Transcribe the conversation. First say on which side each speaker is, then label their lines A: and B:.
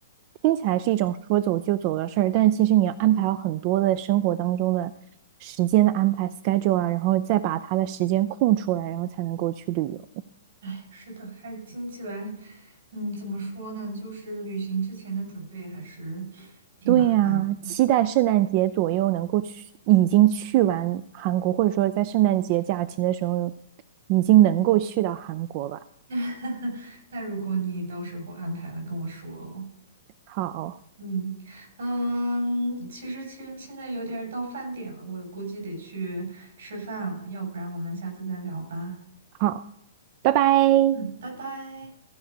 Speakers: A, on the right (about 35°); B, on the right (about 75°).
A: 听起来是一种说走就走的事儿，但其实你要安排好很多的生活当中的时间的安排 schedule 啊，然后再把它的时间空出来，然后才能够去旅游。
B: 哎，是的，还听起来，嗯，怎么说呢？就是旅行之前的准备还是挺麻烦的。
A: 对呀，期待圣诞节左右能够去，已经去完韩国，或者说在圣诞节假期的时候已经能够去到韩国吧。
B: <laughs> 那如果你到时候安排了，跟我说哦。
A: 好，
B: 嗯嗯，其实其实现在有点儿到饭点了，我估计得去吃饭了，要不然我们下次再聊吧。
A: 好，拜拜。
B: 嗯，拜拜。